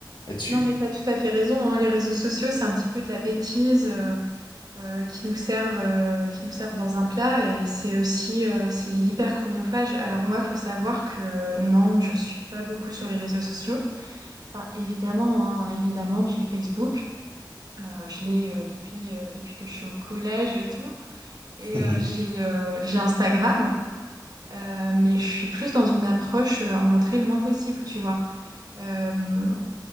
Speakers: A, on the left; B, on the right.
A: là-dessus.
B: Non, mais
A: <laughs>
B: t'as tout à fait raison, hein. Les réseaux sociaux, c'est un petit peu de la bêtise euh, euh, qui nous servent, euh, qui nous servent dans un plat et c'est aussi euh, c'est hyper chronophage. Alors moi, faut savoir que non, je suis pas beaucoup sur les réseaux sociaux. Enfin, évidemment, hein, évidemment, j'ai Facebook. Euh, je l'ai euh, depuis euh, depuis que je suis au collège et tout. Et
A: Mhm.
B: euh, j'ai euh, j'ai Instagram, euh, mais je suis plus dans une approche euh, en montrer le moins possible, tu vois. Euh,